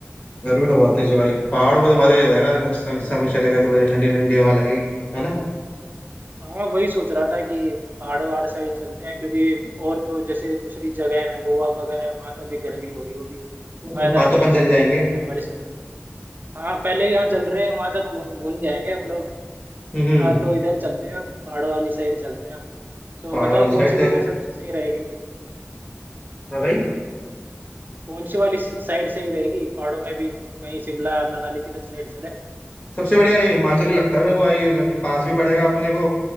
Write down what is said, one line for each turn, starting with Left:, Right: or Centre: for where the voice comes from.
Left: गर्मी तो बहुत तेज है भाई पहाड़ों पे तो मजा ही आ जाएगा इस सब इस समय चले गए तो बढ़िया ठंडी ठंडी हवा लगेगी है ना
Right: हाँ वही सोच रहा था कि पहाड़ वहाड़ साइड चलते हैं क्योंकि और तो जैसे दूसरी जगह है गोवा वगैरह है वहाँ तो अभी गर्मी हो रही होगी तो फायदा
Left: वहां
Right: नहीं
Left: तो अपन
Right: है इस
Left: जल
Right: इध-
Left: जाएंगे
Right: इधर वाली साइड में हाँ पहले यहाँ जल रहे हैं वहाँ से तो भून भून जाएंगे हम लोग
Left: हम्म
Right: हाँ तो इधर चलते हैं पहाड़ों वाली साइड चलते हैं तो
Left: पहाड़
Right: बताओ
Left: वाली साइड
Right: कौन सी
Left: तो
Right: जगह सबसे सही रहेगी
Left: हाँ भाई
Right: कौन सी वाली साइड सही रहेगी पहाड़ों में भी कहीं शिमला मनाली किधर साइड चले
Left: सबसे बढ़िया ये हिमाचल ही लगता है मेरे को भाई मतलब कि पास भी पड़ेगा अपने को